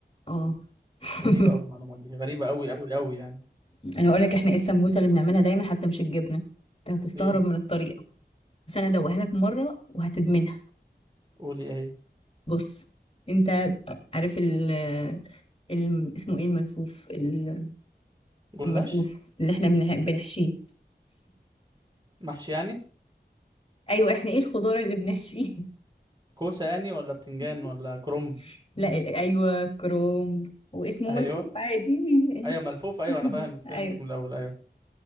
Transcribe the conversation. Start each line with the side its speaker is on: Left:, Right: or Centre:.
Left: اه <laughs>
Right: غريبة قوي المعلومة دي غريبة قوي قوي قوي يعني
Left: انا اقول لك احنا ايه السمبوسة اللي بنعملها دايما حتى مش الجبنة انت هتستغرب
Right: ايه
Left: من الطريقة بس انا ادوقها لك مرة وهتدمنها
Right: قولي ايه هي
Left: بص انت عارف ال ال- اسمه ايه الملفوف ال-
Right: جلاش
Left: الملفوف اللي احنا بنح- بنحشيه
Right: محشي يعني
Left: ايوه احنا ايه الخضار اللي بنحشيه
Right: كوسة يعني ولا بتنجان
Left: <laughs>
Right: ولا كرنب
Left: لا ال- ايوه كرومب واسمه
Right: <laughs> ايوه
Left: ملفوف عادي ماشي
Right: ايوه ملفوف ايوه انا فاهم فهمتك
Left: ايوه
Right: من الاول ايوه